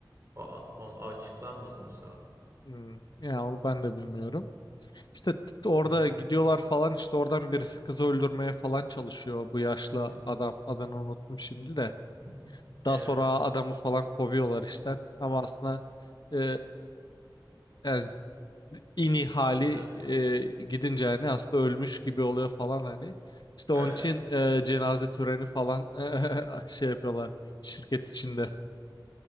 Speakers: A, on the right; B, on the left.
A: O, o açıklanmadı mesela.
B: Hmm. Ya onu ben de bilmiyorum. İşte t- orada
A: Hı hı.
B: gidiyorlar falan işte oradan birisi kızı öldürmeye falan çalışıyor bu yaşlı
A: Hı hı.
B: adam. Adını unuttum şimdi de.
A: Hı hı.
B: Daha
A: Evet.
B: sonra adamı falan kovuyorlar işte. Ama
A: Evet.
B: aslında e, yani ini hali
A: Evet.
B: e, gidince hani aslında ölmüş gibi oluyor falan hani. İşte
A: Evet.
B: onun için e, cenaze töreni falan <laughs> e, şey yapıyorlar şirket içinde.